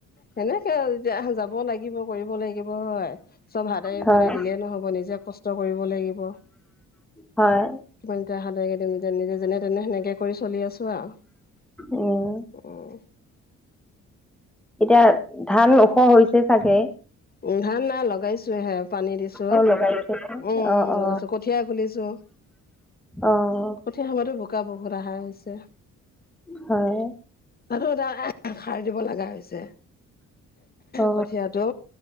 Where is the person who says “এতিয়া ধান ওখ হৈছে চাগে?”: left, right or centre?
Centre